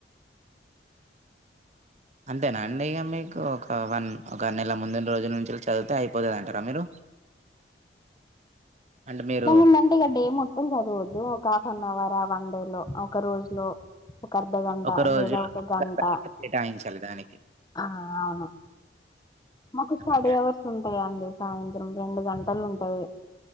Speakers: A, on the right; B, on the left.
A: అంతేనా అండి ఇక మీకు ఒక వన్ ఒక ఆరు నెలల ముందు రోజు నుంచి చదివితే అయిపోతుందటారా మీరు అంటే మీరు
B: ఎలాందంటే ఇక డే మొత్తం చదవద్దు ఒక హాఫ్ అన్ అవరా వన్ డే లో ఒక్క రోజు లో ఒక అర్ధగంట
A: ఒక రోజు
B: లేదా ఒక గంట
A: కేటాయించాలి దానికి.
B: ఆ అవును మాకు
A: అంతే.
B: స్టడీ అవర్స్ ఉంటా అండి సాయంత్రం రెండు గంటలు ఉంటాయి